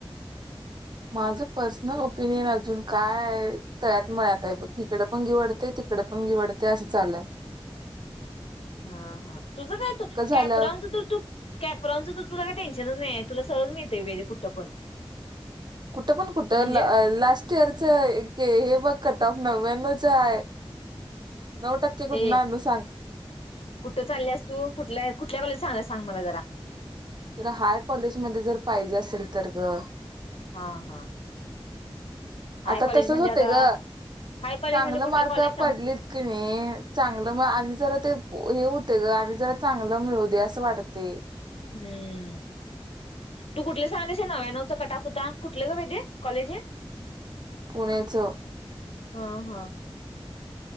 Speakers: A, on the right; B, on the left.
A: माझं पर्सनल ओपिनियन अजून काय तळ्यात मळत आहे बघ तिकड णिवडते तिकडे पण घिवडते. ते असं चालंय.
B: हा हा तुझं काय
A: झाल्यावर
B: कॅपरानच तर तू कॅपरॉनच तर तुला काय टेन्शनच नाही तुला सल नाही ते वेळे कुठ पण
A: कुठं पण कुठं
B: म्हणजे
A: लास्ट इयरच हे वक कट ऑफ. नव्याण्णव आहे. नऊ टक्के कुठनं
B: ए
A: आणू सांग
B: कुठ चालस तू कुठल्या कुठल्या कॉले सांग- सांग मला जरा
A: तर हाय कॉलेजमध्येध्ये जर पाहिजे असेल तर ग
B: हा हा. हाय
A: आता
B: कॉलेज
A: तसच
B: म्हणजे
A: होते
B: आता
A: ग
B: हाय कॉलेज
A: चांगलं
B: म्हणजे कुठलं
A: मार्क
B: कॉलेज सांग
A: पडलीत की नाही चांगलं म आणि जरा ते हे होते ग आणि जरा चांगलं मिळू दे असं वाटते.
B: हम्म तू कुठलं सांगलस नव्यानवचा कटाफुता कुठलं का बाहि ते कॉलेज आहे.
A: पुण्याच
B: हा हा.